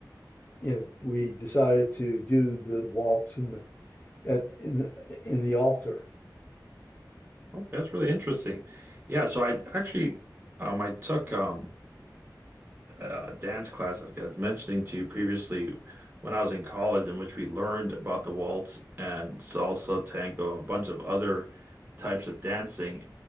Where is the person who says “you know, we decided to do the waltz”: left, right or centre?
Left